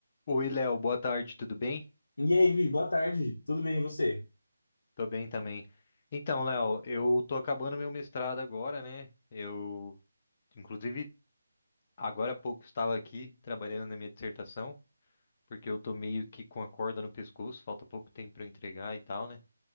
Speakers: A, on the left; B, on the left.
A: Oi, Léo, boa tarde, tudo bem?
B: E aí, Vi, boa tarde. Tudo bem, e você?
A: Tô bem também. Então, Léo, eu tô acabando meu mestrado agora, né? Eu, inclusive, agora há pouco estava aqui trabalhando na minha dissertação, porque eu tô meio que com a corda no pescoço, falta pouco tempo para eu entregar e tal, né?